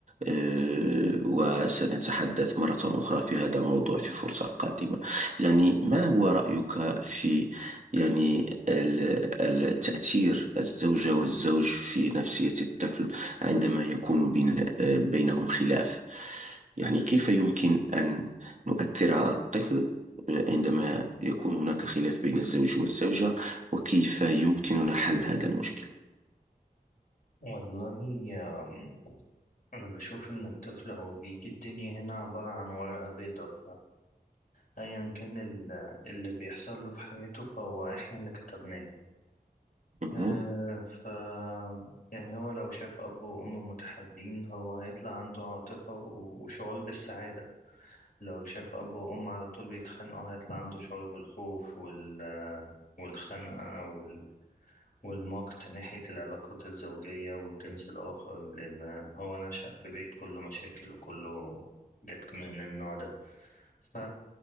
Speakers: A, on the right; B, on the left.
A: آه، وسنتحدث مرة أخرى في هذا الموضوع في فرصة قادمة يعني ما هو رأيك في يعني ال- ال- تأثير الزوجة والزوج في نفسية الطفل عندما يكون بين آه، بينهم خلاف يعني كيف يمكن أن نؤثر على الطفل آه، عندما يكون هناك خلاف بين الزوج والزوجة وكيف يمكننا حل هذا المشكل
B: والله آم، انا بشوف ان الطفل هو بيجي الدنيا هنا عبارة عن ورقة بيضاء فايا كان ال- اللي بيحصل له في حياته فهو احنا اللي كتبناه
A: مهم.
B: آه، ف يعني هو لو شاف أب وأم متحابين هو هيطلع عنده عاطفة و- وشعور بالسعادة لو شاف أب وأم على طول بيتخانقوا هيطلع عنده شعور بالخوف وال والخنقة وال والمقت ناحية العلاقات الزوجية والجنس الآخر لأن هو نشأ في بيت كله مشاكل وكله جت من النوع ده ف